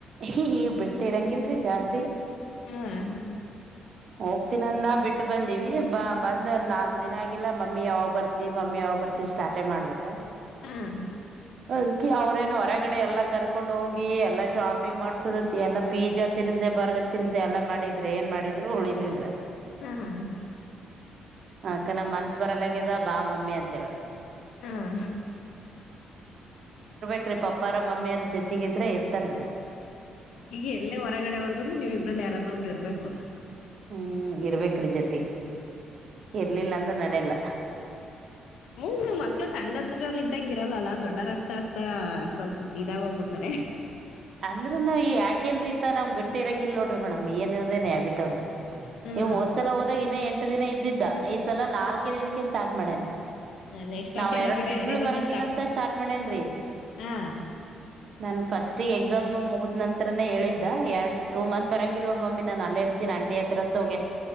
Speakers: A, on the right; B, on the left.
A: ಹ ಹ ಬಿಟ್ಟಿರಂಗಿಲ್ರಿ ಜಾಸ್ತಿ.
B: ಹ್ಮ್
A: ಹೋಗ್ ತಿನಂದ ಬಿಟ್ಟು ಬಂದಿವಿ ಬ ಬಂದ್ ನಾಲ್ಕು ದಿನ ಆಗಿಲ್ಲ ಮಮ್ಮಿ ಯಾವಾಗ್ ಬರ್ತಿ ಮಮ್ಮಿ ಯಾವಾಗ್ ಬರ್ತಿ ಸ್ಟಾಟ್ ಆಟೆ ಮಾಡ್ಬಿಟ್ಟಾ.
B: ಹ್ಮ್
A: ಅದ್ಕಿ ಅವ್ರೇನು ಹೊರಗಡೆ ಎಲ್ಲಾ ಕರ್ಕೊಂಡ್ ಹೋಗಿ ಎಲ್ಲಾ ಶಾಪಿಂಗ್ ಮಾಡ್ಸದ ಎಲ್ಲಾ ಪೀಜಾ ತಿ ಪಿಜ ಬರ್ಗರ್ ತಿನ್ಸಿ ಎಲ್ಲ ಮಾಡಿದ್ರೆ ಏನ್ ಮಾಡಿದ್ರು ಉಳಿಲ್ರ.
B: ಹ್ಮ ಹಾ
A: ಅತೆ ನಮ್ ಮನ್ಸ ಬರಲಗ್ಯದ ಬಾ ಮಮ್ಮಿ ಅಂತ ಹೇಳ
B: ಹ್ಮ
A: ಬಾಕ್ರೀ ಪಪ್ಪಾರ ಮಮ್ಮಿಯಾರ ಜೊತೆಗಿದ್ರೆ ಇರ್ತನ್.
B: ಈಗ ಎಲ್ಲೇ ಹೊರಗಡೆ ಹೋದ್ರನು ನೀವ್ ಇಬ್ರಲ್ ಯಾರಾದ್ರೂ ಒಬ್ರು ನು ಇರ್ಬೇಕು.
A: ಹ್ಮ್ ಇರ್ಬೇಕ್ರಿ ಜೊತೆಗೆ ಇರ್ಲಿಲ್ಲ ಅಂದ್ರ ನಡ್ಯಲ್ಲ.
B: ಹ್ಮ್ ಮಕ್ಳು ಸಣ್ಣದ್ರ ಇದ್ದಂಗ ಇರಲ್ಲಲ್ಲಾ ದೊಡ್ಡರಾಗ್ತಾ ಆಗ್ತಾ ಸ್ವಲ್ಪ ಇದಾಗ ಹೋಗ್ಬಿಡ್ತಾರೆ.
A: ಅಂದ್ರನು ಈಗ ಯಾಕೇನ್ ರೀತ ನಮ್ ಬಿಟ್ಟ ಇರಂಗಿಲ್ ನೋಡ್ರಿ ಮೇಡಮ್ ಏನದೇನ್ ಹ್ಯಾಬಿಟ್ ಒಂದು.
B: ಹ್ಮ್
A: ಈ ಹೋದ್ಸಲ ಹೋದಾಗ ಇನ್ನ ಎಂಟ ದಿನ ಇದ್ದಿದ್ದ ಈ ಸಲ ನಾಲ್ಕೆ ದಿನಕ್ಕೆ ಸ್ಟಾರ್ಟ್ ಮಾಡೇನ್
B: ನೆಕ್ಸ್ಟ್
A: ನಾವ್
B: ವರ್ಷಕ್ಕೆ
A: ಎರಡು
B: ಹಂಗಾರೆ
A: ತಿಂಗ್ಳ
B: ಎರಡೇ ದಿವ್ಸಕ್
A: ಬರಂಗಿಲ್ಲ
B: ಸಾಕು
A: ಅಂತ ಸ್ಟಾರ್ಟ್ ಮಾಡೇನ್ರಿ.
B: ಹಾ
A: ನನ್ ಫಸ್ಟ್ -- ಎಕ್ಸಾಮ್ ಮುಗಿದ್ ನಂತ್ರನೇ ಹೇಳಿದ್ದ ಎರಡು ಟೂ ಮಂತ್ ಬರಂಗಿಲ್ಲ ನೋಡ್ ಮಮ್ಮಿ ನಾನು ಅಲ್ಲೇ ಇತನಿ ಅಂಟಿ ಹತ್ರ ಹತ್ರ ಹೋಗಿ.